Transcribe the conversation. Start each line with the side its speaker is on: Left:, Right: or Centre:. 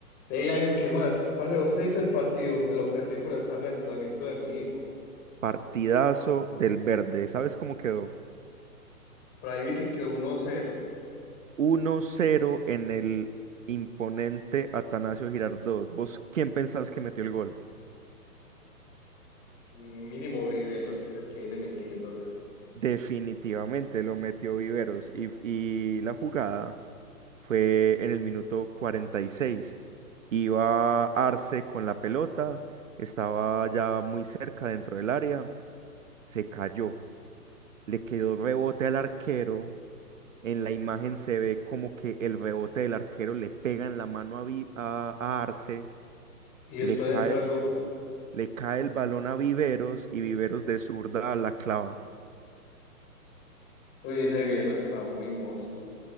Left: Hey Ángel, ¿qué más? Parce, vos te viste el partido, me lo perdí por estar en el entrenamiento de mi hijo.
Right: Partidazo del Verde. ¿Sabes cómo quedó?
Left: Por ahí vi que quedó 1-0,
Right: 1-0 en el imponente Atanasio Girardot. ¿Vos quién pensás que metió el gol?
Left: mínimo Viveros, que es el que viene metiéndola.
Right: Definitivamente lo metió Viveros. Y, y la jugada fue en el minuto 46. Iba Arce con la pelota, estaba ya muy cerca dentro del área, se cayó, le quedó rebote al arquero En la imagen se ve como que el rebote del arquero le pega en la mano a, Vi- a- a Arce,
Left: Y después
Right: le cae
Left: de entrar
Right: el,
Left: el gol,
Right: le cae el balón a Viveros y Viveros de zurda la clava.
Left: uy, ese Viveros está muy monstruo.